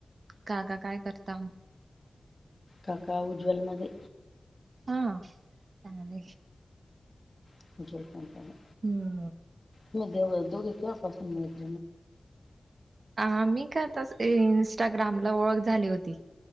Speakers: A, on the right (about 65°); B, on the left (about 25°).
A: काका काय करता
B: काका उज्ज्वलमध्ये
A: हा चांगले
B: ज पणपनी
A: हम्म
B: म देव दोघी कपासून माित
A: आ मी का आताच इं्स्टाग्राम ला ओळख झाली होती